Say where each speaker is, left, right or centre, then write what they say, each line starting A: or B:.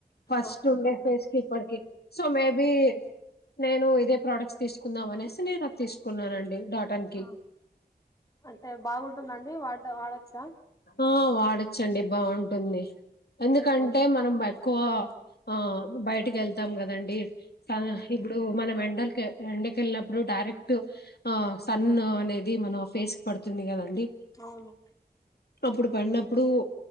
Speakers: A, on the left; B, on the left.
A: ఫస్ట్
B: ఆ
A: ఉండే ఫేస్ కి ఇప్పటికి సో మేబి నేను ఇదే ప్రోడక్ట్స్ తీసుకుందాం అనేసి నేను వచ్చేసిన కున్నానండి డాటన్ కి
B: ఆ అంటే బాగుంటుందండి వాడ వాడొచ్చా
A: ఆ వాడచ్చు అండి బాగుంటుంది ఎందుకంటే
B: అవును
A: మనం బట్ ఓ ఆ బయటికి వెళ్తాం కదండి సదాన
B: అవును
A: ఇప్పుడు మనం అం డల్ కె ఎండకెళ్ళినప్పుడు డైరెక్ట్ ఆ సన్ అనేది మన ఫేస్ కి పడుతుంది కదండి
B: అవును
A: అప్పుడు పడినప్పుడు